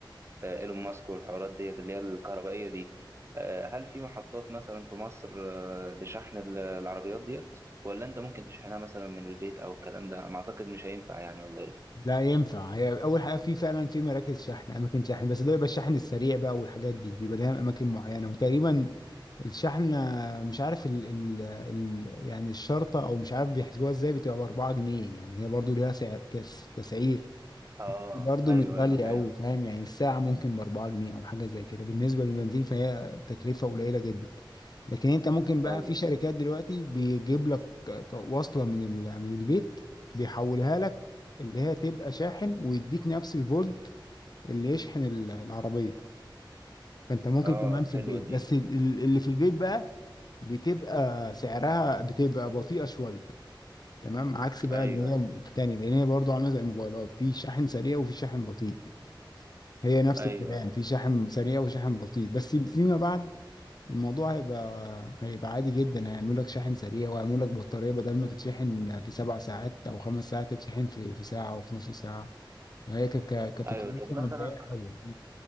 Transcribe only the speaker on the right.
آه، ايلون ماسك والحوارات ديت اللي هي الكهربائية دي آه، هل في محطات مثلا في مصر آه، لشحن ال- العربيات ديت ولا انت ممكن تشحنها مثلا من البيت او الكلام ده ما اعتقد مش هينفع يعني ولا ايه
اه
ايوه
ايوه حلو
ايوه
اه
حلوة
دي
ايوه
ايوه
ايوه
ايوه طب مثلا